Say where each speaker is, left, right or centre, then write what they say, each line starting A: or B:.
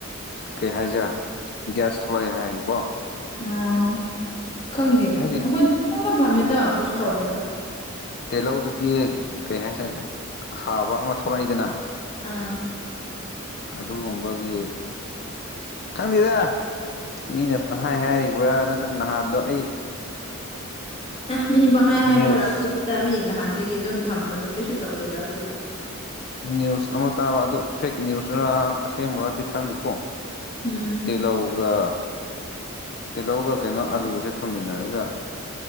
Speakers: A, on the left; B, on the left.
A: ꯀꯩ ꯍꯥꯏꯖꯤꯔꯥ ꯒ꯭ꯌꯥꯁ ꯊꯣꯛꯂꯛꯑꯦ ꯍꯥꯏꯌꯦꯕꯀꯣ
B: ꯑꫭ ꯈꯪꯗꯦ
A: ꯍꯥꯏꯗꯤ
B: ꯑꯩꯈꯣꯏꯗꯤ ꯄꯪꯊꯝꯗ ꯊꯝꯃꯦꯗ ꯀꯩꯁꯨ ꯇꯧꯗꯦꯗ
A: ꯇꯦꯂꯧꯗꯨꯗꯤ ꯀꯩ ꯍꯥꯏꯁꯦ ꯍꯥꯕ ꯑꯃ ꯊꯣꯛꯂꯛꯏꯗꯅ
B: ꯑꯥ
A: ꯑꯗꯨꯒꯨꯝꯕꯒꯤ ꯈꯪꯗꯦꯗ ꯃꯤꯅ ꯄꯪꯍꯥꯏ ꯍꯥꯏꯔꯤꯕ꯭ꯔꯥ ꯅꯠꯇ꯭ꯔꯒ ꯅꯍꯥꯟꯗꯣ ꯑꯩ
B: ꯑꯦ ꯃꯤ ꯄꯪꯍꯥꯏ
A: ꯅ꯭ꯌꯨꯁ
B: ꯍꯥꯏꯕ ꯑꯣꯏꯔꯝꯒꯅꯤꯗ ꯃꯤ ꯅꯍꯥꯟꯗꯒꯤ ꯑꯗꯨꯝ ꯊꯝꯕꯗꯣ ꯀꯩꯁꯨ ꯇꯧꯗꯦꯗ ꯑꯩꯈꯣꯏꯒꯤ
A: ꯅ꯭ꯌꯨꯁ ꯑꯃ ꯇꯥꯕ ꯑꯗꯨ ꯐꯦꯛ ꯅ꯭ꯌꯨꯁꯔ ꯑꯁꯦꯡꯕꯔꯗꯤ ꯈꯪꯗꯦꯀꯣ
B: ꯎꯝ
A: ꯇꯦꯂꯧꯒ ꯇꯤꯜꯍꯧꯒ ꯀꯩꯅꯣ ꯑꯂꯨꯁꯦ ꯊꫭꯃꯤꯟꯅꯔꯒ